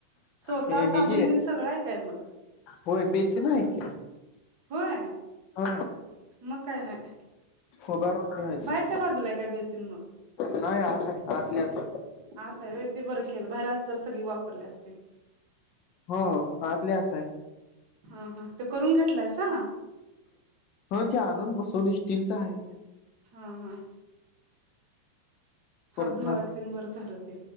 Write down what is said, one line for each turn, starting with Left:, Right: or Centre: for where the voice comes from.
Right: स्वतः
Left: ते
Right: साबण
Left: हि जी
Right: तेन सगळं आहे काय मग
Left: होय बेसीन हाय की.
Right: होय
Left: हा
Right: मग काय नाही
Left: उभारून घ्यायचं
Right: बाहेरच्या बाजूला काय बेसीन मग,
Left: नाही आत आहे आतल्या आत
Right: आत हाय होय ते बरं केलं बाहेर असत सगळी वापरली असते.
Left: हो आतल्या आत हाय.
Right: हा हा ते करून घेतलंयसा?
Left: ह ते आणून बसवले स्टीलच हाय.
Right: हा हा. हात
Left: परतन
Right: धुवायला तेन बरं झालं ते